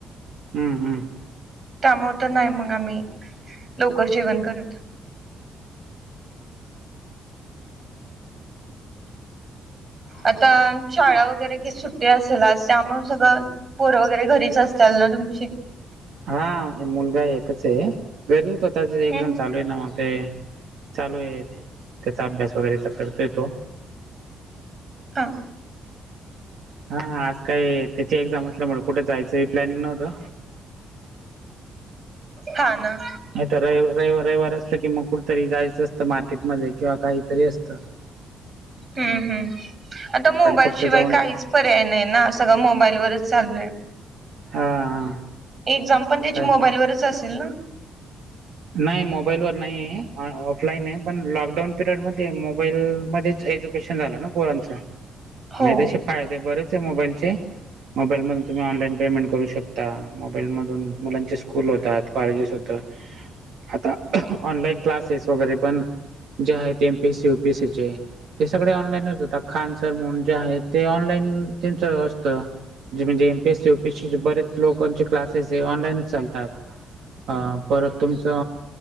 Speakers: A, on the right; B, on the right.
A: हम्म हम्म.
B: त्यामुळे तर नाही मग आम्ही लवकर जेवण करत. आता शाळा वगैरे सुट्टी असेल, त्यामुळे सगळं. पोर वगैरे घरीच असतल, ना तुमची.
A: हा मुलगा एकच आहे गरीत होता ते एक
B: हम्म
A: जण चालू आहे नव्हते चालू आहे, त्याचा अभ्यास वगैरेचा करतोय तो
B: हां.
A: हा आज काय त्याची एक्झाम असल्यामुळे, कुठे जायचं प्लॅनिंग नव्हतं.
B: हा ना.
A: नाही तर रवि रवि रविवार असलं कि, मग कुठेतरी जायचं असतं मार्केटमध्येध्ये किंवा काहीतरी असतं. ह.
B: हम्म हम् आता मोबाईल
A: फक्त
B: शिवाय
A: जाऊन
B: काहीच पर्याय नाही ना सगळं मोबाईल वरच चालय.
A: हा
B: एक्झाम पण त्याची
A: काय
B: मोबाईल वरच असेल ना?
A: नाही मोबाईल वर नाही आहे ऑफलाईन आहे पण लॉकडाऊन पिरियड मध्ये मोबाईलमध्येच एजु झा ना पोरच
B: हो
A: म त्यासे फायदे बरेच आहे, मोबाईलचे मोबाईलमधून तुम्ही ऑनलाईनेमेंट करू शकता. मोबाईल मधून मुलांचे स्कूल होतात कॉलेजेस होत. आता ऑनलाईन क्लासेस वगैरे, पण जे आहे ते एमपीएससी युपीएससी चे. ते सगळे ऑनलाईनच होत खानसर म्हून जे आहे ते, ऑनलाईन त्यांचं असतं. जे म्हजे एमपीएसी युपीएसीचे बरेच लोकांचे, क्सासेस ऑनलाईनच चालतात. अं.. परत तुमचं.